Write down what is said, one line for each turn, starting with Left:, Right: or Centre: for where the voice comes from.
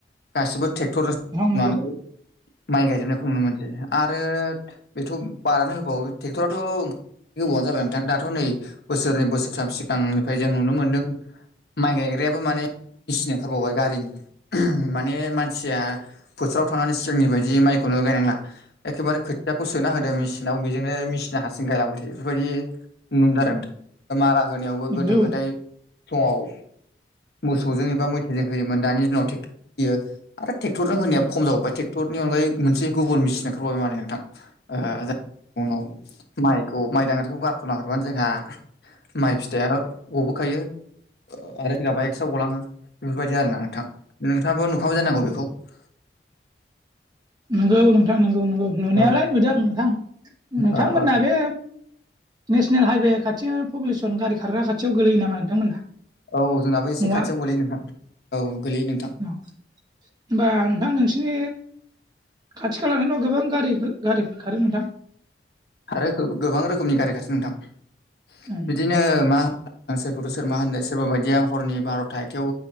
Left: गासिबो ट्रेक्टरजोंसो
Right: नंगौ
Left: एवनानै माइ गायजोबनायखौ नुनो मोनदों। आरो बेथ' बादानो होबाव ट्रेक्टराथ' गोबावानो जाबाय नोंथां दाथ' नै बोसोरनै बोसोरथाम सिगांनिफ्राय जों नुनो मोन्दों। माइ गायग्रायाबो माने मेचिन ओंखारबावबाय गारिनि माने मानसिया फोथाराव थांनानै सिगांनि बायदि माइखौनो गायनांला। एखेबारे खोथियाखौ सोना होदो मेसिनाव बेजोंनो मेसिना हारसिं गायलांबाय था बेफोरबायदि नुनो मोन्दों नोंथां आरो मारा होनायावबो
Right: उम
Left: गोदो गोदाय समाव मोसौजों एबा मैसोजों होयोमोन दानि दिनाव थिग बेयो आरो ट्रेक्टरजों होनाया खम जाबावबाय ट्रेटरनि अनगायैबो मोनसे गुबुन मेसिन ओंखारबावबाय माथो नोंथां। ओ ओ <unintelligible> माइखौ माइ दांग्रिखौ गारथ'ना हरबानो जोंहा माइ फिथाइयाथ गबोखायो आरो सिगाबा एक्स्रा गलाङो बेफोरबायदि आरोना नोंथां नोंथाङाबो नुखाबाय जानांगौ बेखौ <inaudible>
Right: नंगौ नोंथां नंगौ नंगौ नुनायालाय
Left: औ
Right: नुदों आं नोंथां नोंथांमोना
Left: ओ ओ
Right: बे नेसनेल हाइवे खाथिनि पपुलेसन गारि खारग्रा खाथियाव गोलैयो नामा नोंथांमोना?
Left: औ जोंनाबो एसे
Right: न'आ
Left: खाथियावनो गोलैयो नोंथां औ गोलैयो नोंथां।
Right: औ होमबा नोंथां नोंसिनि खाथि खालाथिंथ' गोबां गारि गारिफोर खारो नोंथां।
Left: खारो गोबां रोखोमनि गारि खारो नोंथां।
Right: <inaudible>
Left: बिदिनो मा होनो सोरखौथ' सोर मा होनो सोरबा बायदिया हरनि बार'था एखथायाव